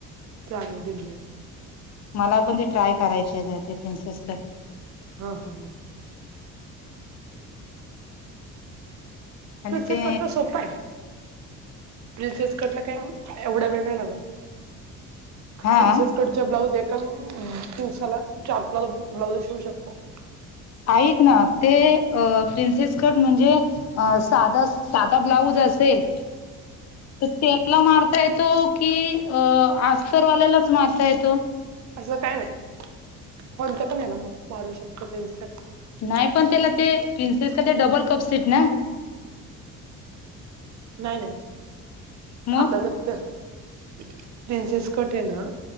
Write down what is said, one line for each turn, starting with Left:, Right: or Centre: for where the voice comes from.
Right: चालेलं दिलदिल.
Left: मला पण ते ट्राय करायचे, ते प्रिन्सेस कट.
Right: हा हा हा.
Left: आणि
Right: प्रिन्सेस
Left: ते
Right: कट तर सोपा हाय. प्रिन्सेस कटला काय म एवढा वेळ नाय लाग,
Left: हा
Right: प्रिन्सेस पुढचा ब्लाउज एकांन दिवसाला चार पाच ब्लाउज शिऊ शकतो.
Left: ऐक ना, ते अ प्रिन्सेस कट म्हणजे अ साध साधा ब्लाऊज असेल तर त्याला मारता येतो की, अ अस्तर वाल्यालाच मारता येतो.
Right: असं काय नायं. कोणत पण हेला मग मारू शकतो प्रिन्सकट.
Left: नाय पण त्याला ते प्रिन्सेस कट ते डबल कप सीट ना?
Right: नाय नाय
Left: मग
Right: आपल्या जर प्रिन्सेस कट ये न